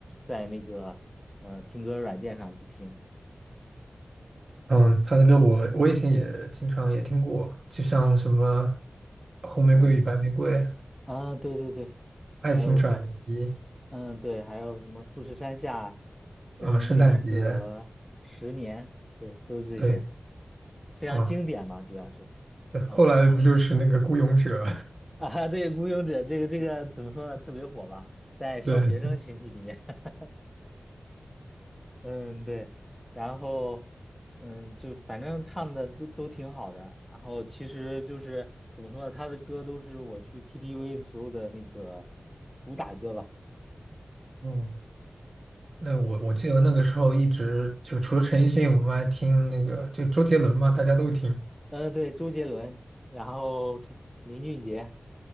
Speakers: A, in the centre; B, on the right.
A: 在那个呃听歌软件上去听，
B: 嗯，他的歌我我以前也经常也听过，就像什么《红玫瑰与白玫瑰》
A: 嗯啊，对对对，
B: 《爱情转移》
A: 还有嗯对，还有什么富士山下
B: 啊，
A: 跟那个十年，
B: 圣诞节，
A: 对，都是这些
B: 对
A: 非常经典嘛，
B: 啊，
A: 主要是
B: 对，
A: 嗯。
B: 后来不就是那个《孤勇者》
A: <laughs> 啊，对，《孤勇者》这个这个怎么说呢？特别火吧，
B: <laughs>？
A: 在小学生群体里面。
B: 对，
A: <laughs> 嗯，对。然后，嗯，就反正唱的都都挺好的。然后其实就是怎么说呢？他的歌都是我去 KTV 的时候的那个主打歌吧。
B: 嗯，那我我记得那个时候一直就是除了陈奕迅，
A: 对，
B: 我们还听那个就周杰伦嘛，大家都听。
A: 嗯，对，周杰伦，然后这林俊杰，